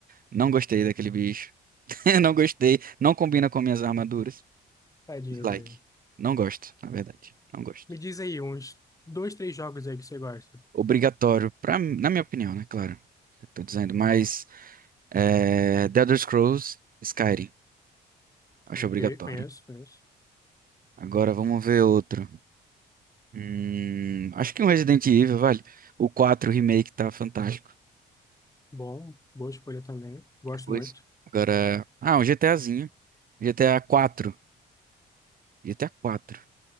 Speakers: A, on the right; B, on the left.
A: não gostei daquele bicho. <laughs> Eu Não gostei, não combina com minhas armaduras.
B: Tadinho
A: Like,
B: dele.
A: não gosto, na verdade, não gosto.
B: Me diz aí, uns dois, três jogos aí que você gosta.
A: Obrigatório, pra, na minha opinião, né, claro. Eu tô dizendo, mas. É, The Elder Scrolls, Skyrim. Acho
B: Ok,
A: obrigatório.
B: conheço, conheço.
A: Agora vamos ver outro. Hum, acho que um Resident Evil, vale. O 4 Remake tá fantástico.
B: Bom, boa escolha também. Gosto
A: Pois.
B: muito.
A: Agora. Ah, um GTAzinho. GTA 4. GTA quatro. G T A quatro.